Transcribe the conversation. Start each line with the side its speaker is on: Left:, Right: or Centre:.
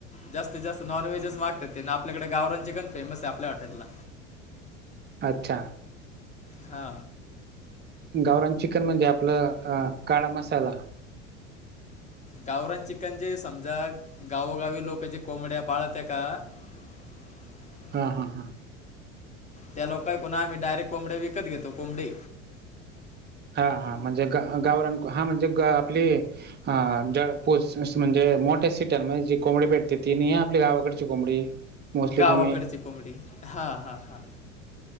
Left: जास्तीत जास्त नॉनव्हेजच मागतात ते ना आपल्याकडे गावरानचे चिकण फेमस आहे आपल्या हाटेलला.
Right: अच्छा!
Left: हा
Right: गावरान चिकन म्हणजे आपल अ काळा मसाला
Left: गावरान चिकन जे समजा गावोगावी लोक जे कोंबड्या पाळत ते का? <inaudible>
Right: हा हा
Left: त्या लोकाय कुन आम्ही डायरेक कोंबड्या विकत घेतो कोंबडे
Right: हा हा म्हणजे ग गावरान हा म्हणजे ग आपली हा जळपूस म्हणजे मोठ्या सिटर मध्ये जी कोंबडी भेटते ती नाही ह आपली गावाकडची कोंबडी. मोस्टली
Left: गावाकडची
Right: तुम्ही
Left: कोंबडी हा हा हा